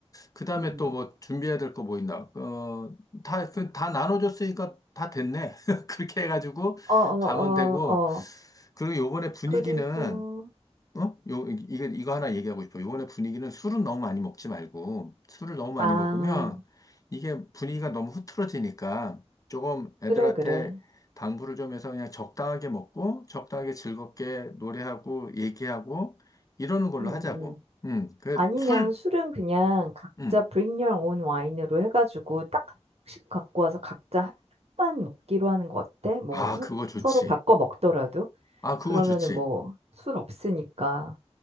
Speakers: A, on the left (about 30°); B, on the right (about 65°).
A: 그다음에
B: 음 음
A: 또
B: 어
A: 뭐 준비해야 될 거 뭐 있나? 어, 다, 그, 다 나눠줬으니까 다 됐네. <laughs> 그렇게 해가지고
B: 어 어
A: 가면 되고.
B: 어 어.
A: 그리고 요번에 분위기는
B: 그리고
A: 어? 요, 이- 거 이거 하나 얘기하고 싶어. 요번에 분위기는 술은 너무 많이 먹지 말고, 술을 너무 많이
B: 음아
A: 먹으면 이게 분위기가 너무 흐트러지니까 조금 애들한테
B: 그래 그래
A: 당부를 좀 해서 그냥 적당하게 먹고, 적당하게 즐겁게 노래하고, 얘기하고, 이러는 걸로
B: 음 음,
A: 하자고.
B: 음.
A: 음, 그
B: 아니면
A: 술,
B: 술은 그냥 각자
A: 음.
B: bring your own wine으로 해가지고 딱 한 병씩 갖고 와서 각자 한 병만 먹기로 하는 거 어때? 뭐
A: 아,
B: 서,
A: 그거 좋지.
B: 서로 바꿔 먹더라도
A: 아, 그거
B: 그러면은
A: 좋지.
B: 뭐 술 없으니까